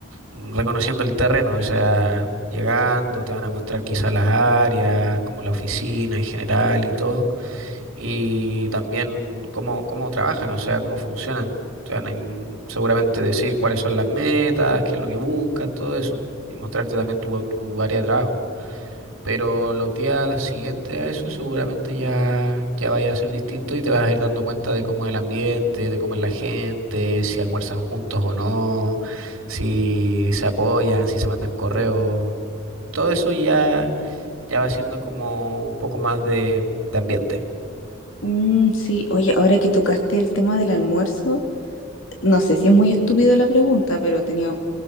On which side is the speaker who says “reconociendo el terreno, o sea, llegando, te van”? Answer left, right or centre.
Right